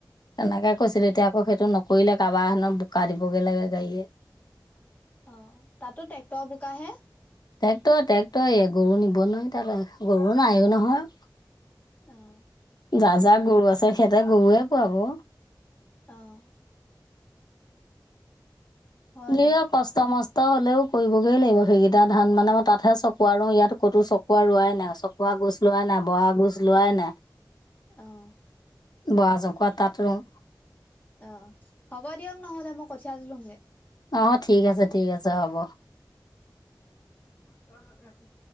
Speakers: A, on the left; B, on the left.
A: তেনেকে কৈছিলো, এতিয়া আকৌ সেইটো নকৰিলে কাৰোবাৰ হেনো বোকা দিবগে লাগে গাড়ীয়ে।
B: অ', তাতো ট্ৰেক্টৰ বোকা হে?
A: ট্ৰেক্টৰ, ট্ৰেক্টৰয়েই গৰু নিব নোৱাৰি তালৈ, গৰু নাইয়োগে নহয়।
B: অঁ'।
A: যাৰ, যাৰ গৰু আছে, সিহঁতে গৰুৱে পোৱাব।
B: অঁ'। হয়
A: <unintelligible> কষ্ট
B: অ',
A: কষ্ট, মষ্ট হ'লেও কৰিবগৈ লাগিব, সেইকেইটা ধান মানে মই, তাতহে চকোৱা ৰু, ইয়াত ক'তো চকোৱা ৰোৱাই নাই, চকোৱা গুছ লোৱাই নাই, বৰা গোছ লোৱাই নাই।
B: অঁ'।
A: বৰা চুকোৱা তাঁত ৰুও।
B: অ', হ'ব দিয়ক নহ'লে, মই কঠিয়া তোলোংগে।
A: অ', ঠিক আছে, ঠিক আছে হ'ব।
B: <unintelligible>